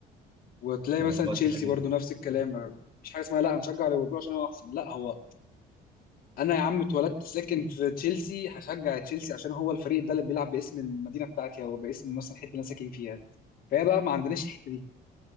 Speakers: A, on the left; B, on the right.
A: وتلاقي
B: اللي
A: مثلا
B: هو
A: تشيلسي
B: تلاقي
A: برضو نفس الكلام مفيش حاجه اسمها لا هنشجع ليفربول عشان هو احسن لا هو انا يا عم اتولدت ساكن في تشيلسي هشجع تشيلسي عشان هو الفريق ده اللي بيلعب باسم المدينه بتاعتي او باسم مثلا الحته اللي انا ساكن فيها فهي بقى ما عندناش الحته دي